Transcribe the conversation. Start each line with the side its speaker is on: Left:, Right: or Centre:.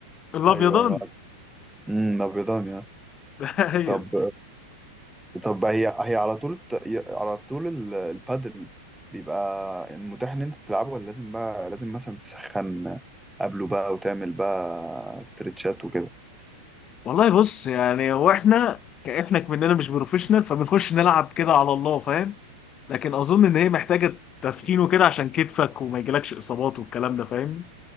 Left: الابيضاني
Centre: أيوه أيوه عارف. أمم، أبيضان يعني
Left: <laughs> ايوه
Centre: طب طب هي هي على طول الت- ي- على طول ال- البادل بيبقى متاح ان انت تلعبه ولا لازم بقى لازم مثلا تسخن قبله بقى وتعمل بقى استرتشات وكده
Left: والله بص يعني هو احنا كاحنا مننا مش بروفيشنال فبنخش نلعب كده على الله فاهم لكن اظن ان هي محتاجه تسخين وكده عشان كتفك وما يجيلكش اصابات والكلام ده فاهمني